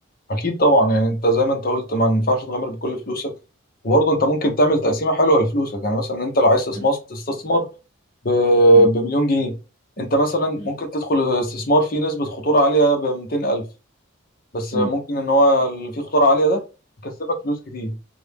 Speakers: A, on the left; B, on the right.
A: اكيد طبعا يعني انت زي ما انت قلت ما ينفعش تغامر بكل فلوسك وبرضه انت ممكن تعمل تقسيمه حلوه لفلوسك يعني مثلا انت لو عايز تستثمر
B: مم.
A: تستثمر ب...
B: مم.
A: بمليون جنيه انت مثلا
B: مم.
A: ممكن تدخل الاستثمار فيه نسبه خطوره عاليه ب 200000 بس
B: مم.
A: ممكن ان هو اللي فيه خطوره عاليه ده يكسبك فلوس كتير